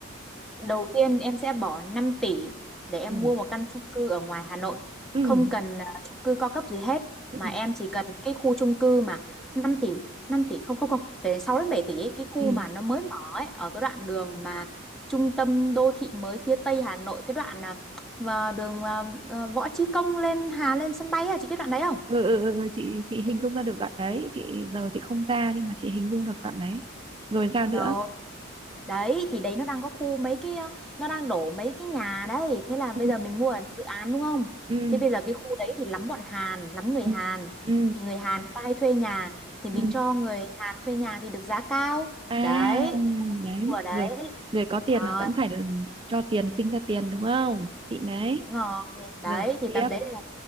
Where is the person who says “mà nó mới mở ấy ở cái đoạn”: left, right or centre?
Centre